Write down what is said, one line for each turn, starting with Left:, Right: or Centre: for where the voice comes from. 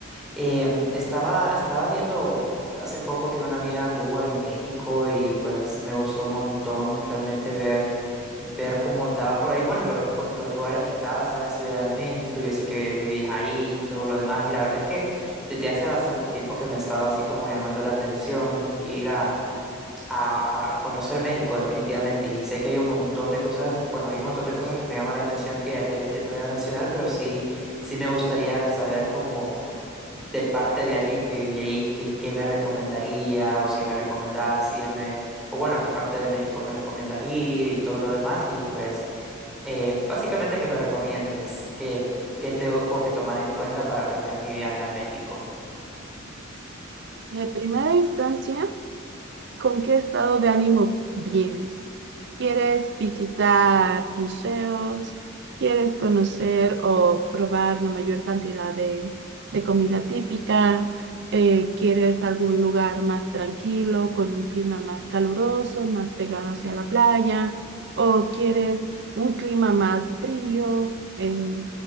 Centre: em, estaba, estaba viendo hace poco que una amiga anduvo en México y pues me gustó un montón realmente ver, ver cómo andaba por ahí. Bueno, lo- por los lugares que andaba, estaba en Ciudad de México, yo sé que vivías ahí y todo lo demás y la verdad es que desde hace bastante tiempo que me ha estado así como llamando la atención ir a, a- conocer México definitivamente y sé que hay un montón de cosas, bueno, hay un montón de cosas que me llaman la atención que ya te, ya te voy a mencionar, pero sí, sí me gustaría saber como de parte de alguien que vive ahí, que, qué me recomendaría o si me recomendás irme, o bueno, a qué parte de México me recomiendas ir y todo lo demás y pues eh, básicamente que me recomiendes, que, que tengo que tomar en cuenta para planear mi viaje a México.
Right: De primera instancia, ¿Con qué estado de ánimo vienes? ¿Quieres visitar museos? ¿Quieres conocer o probar la mayor cantidad de, de comida típica? Eh, ¿quieres algún lugar más tranquilo, con un clima más caluroso, más pegado hacia la playa? ¿O quieres un clima más frío eh,